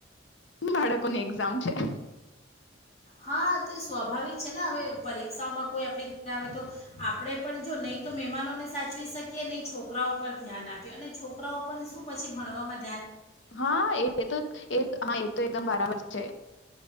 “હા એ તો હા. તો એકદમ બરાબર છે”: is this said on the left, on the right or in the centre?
Left